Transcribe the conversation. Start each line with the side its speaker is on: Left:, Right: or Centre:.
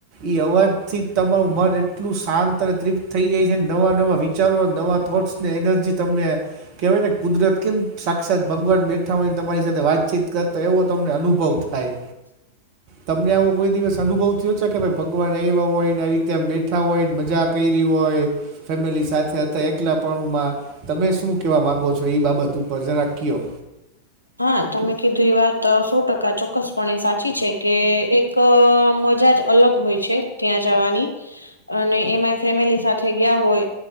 Right: ઇ અવાજ થી તમારું મન એટલું શાંત અને તૃપ્ત થઈ જાય છે નવા નવા વિચારો નવા થોટ્સ ને એનર્જી તમને કહેવાય ને કુદરત કેમ સાક્ષાત ભગવાન બેઠા હોયને તમારી સાથે વાતચીત કરતા એવો તમને અનુભવ થાય
Left: <inaudible> <inaudible>
Right: તમને આવો કોઈ દિવસ અનુભવ થયો છે કે ભાઈ ભગવાન આવ્યા હોય ને આવી રીતે આમ બેઠા હોય ને મજા કરી હોય ફેમિલી સાથે હતા એકલા પણ માં તમે શું કહેવા માગો છો એ બાબત ઉપર જરા ક્યો
Left: હા તમે કીધું એ વાત સો ટકા ચોક્કસપણે સાચી છે કે એક કે મજાજ જ અલગ હોય છે ત્યાં જવાની અને એમાં ફેમિલી સાથે ગયા હોય